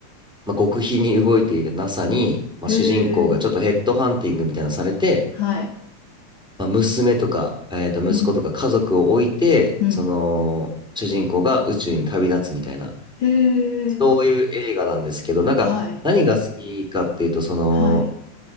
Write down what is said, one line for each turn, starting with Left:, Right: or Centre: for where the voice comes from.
Centre: まあ、極秘に動いていた NASA に、まあ、
Left: へ
Centre: 主人公がちょっとヘッドハンティングみたいなのされて、
Left: え、はい。
Centre: まあ、娘とか、えーと、息子とか家族を置いて、
Left: うん。うん。
Centre: その、主人公が宇宙に旅立つみたいな、
Left: うん。へえ、
Centre: そういう映画なんですけど、なんか、
Left: はい。
Centre: 何が好きかっていうと、その、
Left: はい。